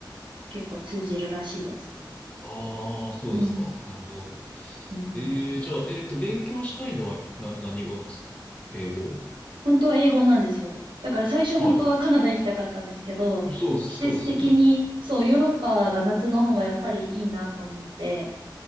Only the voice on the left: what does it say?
ああ、そうですか。
なるほど。
えー、じゃあ、えっと、勉強したいのは、な、何語なんですか英語
はい。そう、そうですよね。